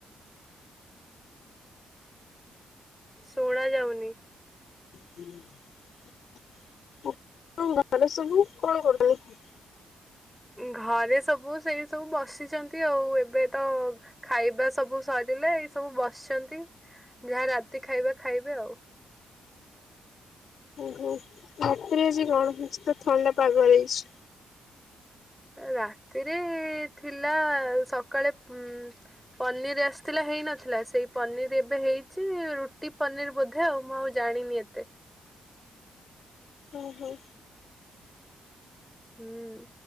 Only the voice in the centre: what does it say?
<inaudible> ଶୁଣାଯାଉନି।
ଘରେ ସବୁ ସେଇ ସବୁ ବସିଚନ୍ତି ଆଉ ଏବେ ତ ଖାଇବା ସବୁ ସରି ରିଲା ଏଇ ସବୁ ବସିଛନ୍ତି ଯାହା ରାତି ଖାଇବା ଖାଇବେ ଆଉ।
ରାତିରେ ଥିଲା ସକାଳେ ଉଁ ପନିରି ଆସ ଥିଲା ହେଇନଥିଲା ସେଇ ପନିରି ଏ ବେ ହେଇଛି ରୁଟି ପନିର ବୋଧେ ଆଉ ମୁଁ ଆଉ ଜାଣିନି ଏତେ
ହୁଁ।